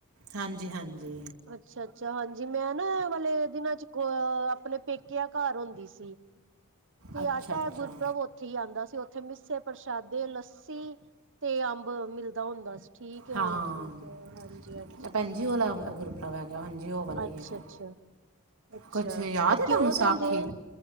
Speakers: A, on the right (about 75°); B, on the right (about 60°).
A: ਹਾਂਜੀ-ਹਾਂਜੀ
B: ਅੱਛਾ-ਅੱਛਾ ਹਾਂਜੀ ਮੈਂ ਨਾ ਵਾਲੇ ਦਿਨਾਂ ਚ ਗ ਆਪਣੇ ਪੇਕਿਆਂ ਘਰ ਹੁੰਦੀ ਸੀ। ਤੇ
A: ਅੱਛਾ
B: ਆਟਾ
A: ਅੱਛਾ
B: ਗੁਰਪੁਰਬ ਉੱ ਥੇ ਹੀ ਆਉਂਦਾ ਸੀ ਉੱਥੇ ਮਿੱਸੇ ਪ੍ਰਸ਼ਾਦੇ, ਲੱਸੀ ਤੇ ਅੰਬ ਮਿਲਦਾ ਹੁੰਦਾ ਸੀ। ਠੀਕ ਹੈ-ਠੀਕ
A: ਹਾਂ
B: ਹੈ ਹਾਂਜੀ-ਹਾਂਜੀ।
A: ਭੈਣ ਜੀ ਉਹਲਾ ਗੁਰਪੁਰਬ ਹੈਗਾ ਹਾਂਜੀ ਉਹ ਵਾਲਾ
B: ਅੱਛਾ-ਅੱਛਾ,
A: ਹੀ ਹੈਗਾ
B: ਅੱਛਾ
A: ਕੁਛ ਯਾਦ
B: ਤੇ
A: ਹੈ
B: ਕਿਉ
A: ਤੁਹਾਨੂੰ ਸਾਖੀ
B: ਦਿੰਦੇ।